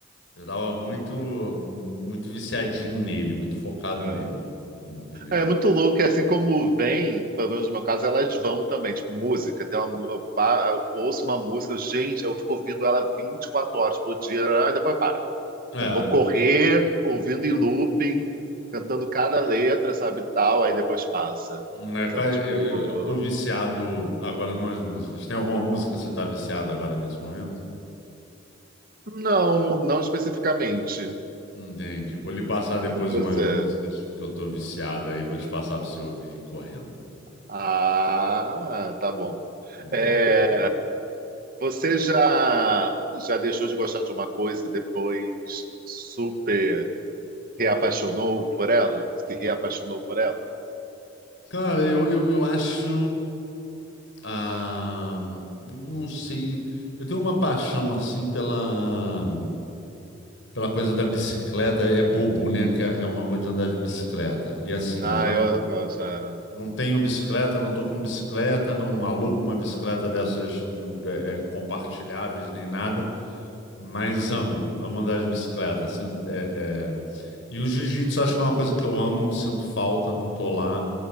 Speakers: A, on the left; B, on the right.
A: Eu tava muito, muito viciadinho nele, muito focado
B: aham.
A: nele, entendeu?
B: É muito louco, é assim como vem, pelo menos no meu caso, elas vão também, tipo, música, tem uma, mu- eu, pa- eu ouço uma música, gente, eu fico ouvindo ela 24 horas por dia, ah, depois para.
A: É,
B: Sabe? Vou correr ouvindo em looping, cantando cada letra, sabe, tal, aí depois passa.
A: Hum, É, cara,
B: Sabe,
A: eu,
B: tipo,
A: eu, eu tô viciado agora numas músicas. Tem alguma música que você tá viciado agora nesse momento?
B: não, não especificamente.
A: Entendi. Vou lhe passar depois
B: E você?
A: umas músicas que eu tô viciado aí, vou te passar pra você ouvir correndo.
B: Ah, tá bom.
A: Boa.
B: É, você já já deixou de gostar de uma coisa e depois super reapaixonou por ela? Se reapaixonou por ela?
A: Cara, eu, eu, eu acho. Ah, não sei. Eu tenho uma paixão assim pela, pela coisa da bicicleta. É bobo, né? Que é é uma coisa de andar de bicicleta. E assim,
B: Ah,
A: eu já
B: eu
A: não.
B: gosto. é.
A: Não tenho bicicleta, não tô com bicicleta, não alugo uma bicicleta dessas do- é, é, compartilháveis nem nada, mas amo, amo andar de bicicleta. assim, é, é. E o jiu-jitsu acho que é uma coisa que eu amo, sinto falta, não tô lá,